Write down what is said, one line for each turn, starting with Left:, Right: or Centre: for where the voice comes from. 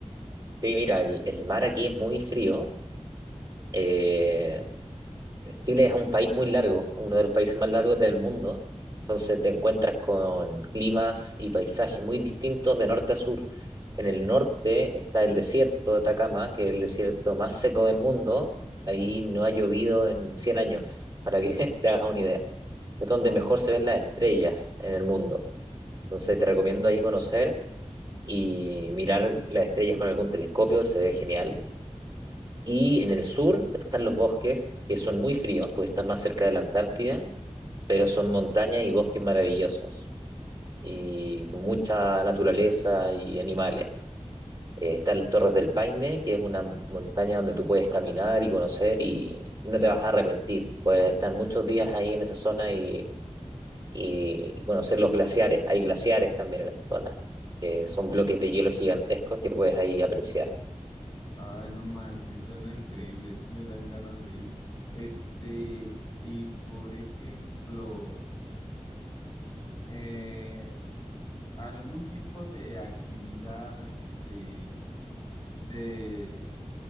Right: Sí, mira, el, el mar aquí es muy frío. eh, Chile es un país muy largo, uno de los países más largos del mundo. Entonces te encuentras con climas y paisajes muy distintos de norte a sur. En el norte está el desierto de Atacama, que es el desierto más seco del mundo. Ahí no ha llovido en 100 años, para que <laughs> te hagas una idea. es donde
Left: Wow,
Right: mejor se ven las estrellas en el mundo. Entonces te recomiendo ahí conocer y mirar las estrellas con algún telescopio, se ve genial. Y en el sur están los bosques, que son muy fríos, porque estás más cerca de la Antártida, pero son montañas y bosques maravillosos, y mucha naturaleza y animales. Eh, está el Torres del Paine, que es una montaña donde tú puedes caminar y conocer y, y no te vas a arrepentir. Puedes estar muchos días ahí en esa zona y y, y conocer los glaciares. Hay glaciares también en esta zona, que son bloques de hielo gigantescos que puedes ahí apreciar.
Left: ay, no manches, suena increíble, sí me dan ganas de ir. Este, y por ejemplo, eh, algún tipo de actividad, este, de